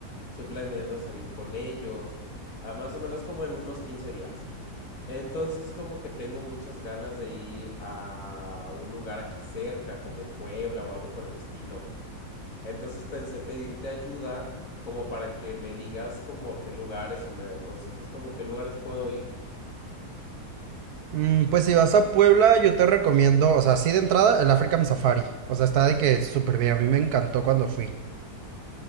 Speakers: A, on the left; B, on the right.
A: Estoy planeando salir con ellos, a más o menos como en unos 15 días. Entonces, como que tengo muchas ganas de ir a un lugar aquí cerca, como Puebla o algo por el estilo. Entonces pensé en pedirte ayuda como para que me digas como a qué lugares o me aconsejes como a qué lugares puedo ir.
B: Mm, pues si vas a Puebla, yo te recomiendo, o sea, sí de entrada, el African Safari. O sea, está de que súper bien. A mí me encantó cuando fui.